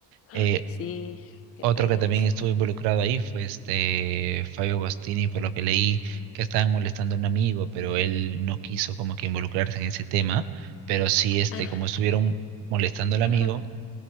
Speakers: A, on the left; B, on the right.
A: Ay,
B: Eh,
A: sí, qué
B: otro
A: penas.
B: que también estuvo involucrado ahí fue este Fabio Agostini, por lo que leí que estaban molestando a un amigo, pero él no quiso como que involucrarse en ese tema, pero sí este
A: Ah,
B: como estuvieron molestando al amigo,
A: ajá. <laughs>